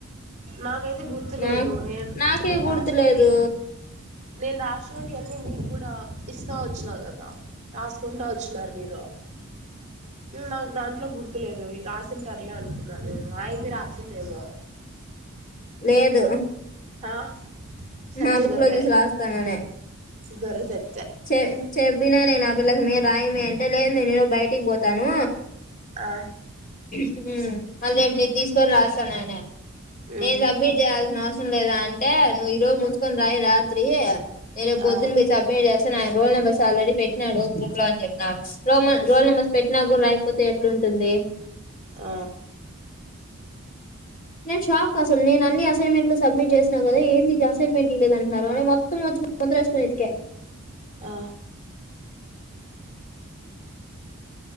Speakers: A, on the right; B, on the left.
A: నాకైతే గుర్తు
B: నా
A: లేదు నేను
B: నాకే
A: నేను
B: గుర్తులేదు
A: రాసుంటి నేను రాసినోటి అన్నీ నీకు కూడా ఇస్తా వచ్చినా కదా రాసు కుంటా వచ్చిన్నారు మీరు నాకు దాంట్లో గుర్తు లేదు ఈ రాసి ఉంటారులే అనుకున్నా నేను అయ్యమ్మి రాసిందేమో
B: లేదు
A: ఆ సచ్చ
B: నా బుక్
A: గొర్రె
B: లో చూసి రాస్తాననే
A: గొర్రె సచ్చ
B: చె చెప్పినా నేను ఆ పిల్లకి మే రాయి మే అంటే నేను బయటికి పోతాను
A: ఆ
B: <unintelligible> తీసుకొని రాస్తాను ఆ నేను
A: ఉమ్
B: సబ్మిట్ చేయాల్సిన అవ లేదా అంటే నువ్వు తీకని రాయి రాత్రి నేను బొద్దుని
A: ఆ
B: మీ సబ్మిట్ చేస్తాను ఆయన రోల్ నెంబస్ ఆల్రెడ పెట్టినాడు గ్రూప్ లో అని చెప్పి రో రోల్ నంబర్స్ పెట్టిన కూడా రాయక్ కాకపోతే ఎట్లాంటుంది
A: ఆ
B: నన్ షా అసలు నేను అన్ని అసైన్మెంట్లు సబ్మిట్ చేసిన కదా ఏంది ఇది అసైన్మెంట్ ఈ లేదు అంటన్నారు మొత్త మొత్తం <unintelligible> వదిలేసి పోయిన ఇంటికి
A: ఆ